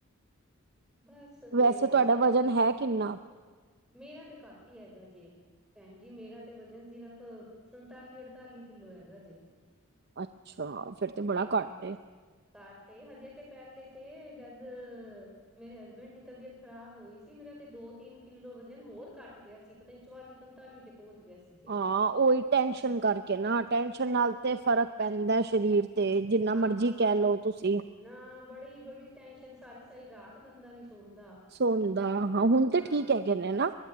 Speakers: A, in the centre; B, on the right.
A: ਬਸ ਫੇਰ
B: ਵੈਸੇ ਤੁਹਾਡਾ ਵਜ਼ਨ ਹੈ ਕਿੰਨਾ‌?
A: ਮੇਰਾ ਤੇ ਘੱਟ ਹੀ ਹੈਗਾ ਜੇ। ਭੈਣ ਜੀ ਮੇਰਾ ਤੇ ਵਜਨ ਸਿਰਫ਼ ਸੰਤਾਲੀ ਅਠਤਾਲੀ ਕਿੱਲੋ ਹੈਗਾ ਜੇ।
B: ਅੱਛਾ ਫਿਰ ਤੇ ਬੜਾ
A: ਹਾਂ
B: ਘੱਟ ਏ।
A: ਘੱਟ ਏ ਹਜੇ ਤੇ ਪਹਿਲੇ ਤੇ ਜਦ ਮੇਰੇ ਹਸਬੈਂਡ ਦੀ ਤਬੀਅਤ ਖ਼ਰਾਬ ਹੋਈ ਸੀ ਮੇਰਾ ਤੇ ਦੋ ਤਿੰਨ ਕਿੱਲੋ ਵਜਨ ਹੋਰ ਘੱਟ ਗਿਆ ਸੀ। ਪਤਾ ਨੀ ਚੁਆਲੀ-ਪੰਤਾਲੀ ਤੇ ਪਹੁੰਚ ਗਿਆ ਸੀ। ਜੇ
B: ਹਾਂ ਉਹੀ ਟੈਸ਼ਨ ਕਰਕੇ ਨਾ ਟੈਸ਼ਨ ਨਾਲ ਤੇ ਫ਼ਰਕ ਪੈਂਦਾ ਸ਼ਰੀਰ ਤੇ ਜਿੰਨਾ
A: ਹਾਂ
B: ਮਰਜ਼ੀ ਕਹਿ ਲਓ ਤੁਸੀਂ।
A: ਨਾ ਬੜੀ-ਬੜੀ ਟੈਂਨਸ਼ਨ ਸਾਰੀ-ਸਾਰੀ ਰਾਤ ਬੰਦਾ ਨੀ ਸੌਂਦਾ
B: ਸੋਣਦਾ ਹਾਂ ਹੁਣ
A: ਹਾਂ।
B: ਤੇ ਠੀਕ ਹੈਗੇ ਨੇ ਨਾ